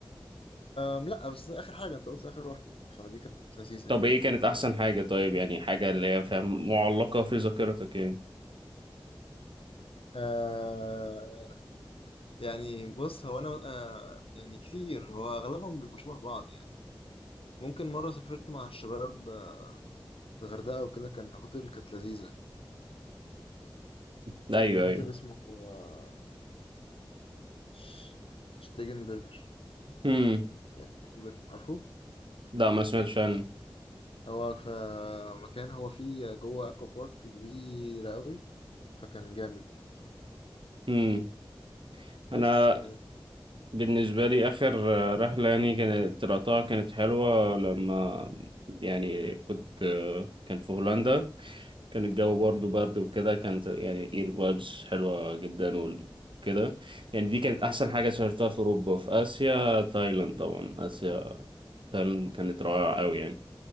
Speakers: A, on the left; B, on the right.
A: أم لا بس آخر حاجة أنت قلت آخر واحدة فدي كانت لذيذة
B: طب ايه كانت احسن
A: يعني
B: حاجة طيب يعني حاجة اللي هي فاهم معلقة في ذاكرتك يعني
A: آه يعني بص هو أنا آه يعني كتير هو أغلبهم بيبقوا شبه بعض يعني ممكن مرة سافرت مع الشباب آه، الغردقة وكده كان هوتيل كانت لذيذة
B: ده
A: كان
B: ايوه
A: هوتيل
B: ايوه
A: اسمه آه، ش- شتيجن برجر
B: امم
A: آه، شتيجن برجر عارفه
B: لا ما سمعتش عنه
A: هو في مكان هو فيه جوه أكوا بارك كبيرة قوي فكان جامد
B: امم انا
A: بس يعني
B: بالنسبة لي آخر آه، رحلة يعني كانت طلعتها كانت حلوة لما يعني كنت آه، كان في هولندا كان الجو برضو برد وكده كانت يعني ايه الفايبس حلوة جدا وكده يعني دي كانت
A: مم.
B: أحسن حاجة سافرتها في أوروبا في آسيا تايلاند طبعا آسيا تايلاند كانت رائعة أوي يعني